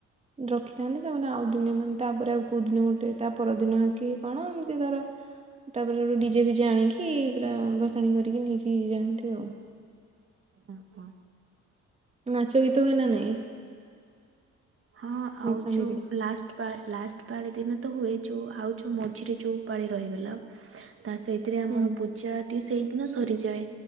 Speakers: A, on the right; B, on the right.
A: ରଖିଥାନ୍ତି ତାମାନେ ଆଉ ଦିନ ମାନେ ତାପରେ ଆଉ କୋଉ ଦିନ ଗୋଟେ ତାପରଦିନ କି କଣ ଏମିତି ଧର ତାପରେ ଡିଜେ ଫିଜେ ଆଣିକି ପୁରା ଭସାଣି କରିକି ନେଇକି ଯାଆନ୍ତି ଆଉ।
B: ଓହୋ।
A: ନାଚ ଗୀତ ହୁଏ ନା ନାଇଁ?
B: ହଁ ଆଉଚୁ
A: ଭସାଣିରେ?
B: ଲାଷ୍ ପା ଲାଷ୍ଟ ପାଳି ଦିନ ତ ହୁଏ, ଯୋଉ ଆଉ ଯୋଉ ମଝିରେ ଯୋଉ ପାଳି ରହିଗଲା ତା ସେଇ ସେଥିରେ ଆମର
A: ହୁଁ
B: ପୂଜା ଟି ସେଇଦିନ ସରିଯାଏ।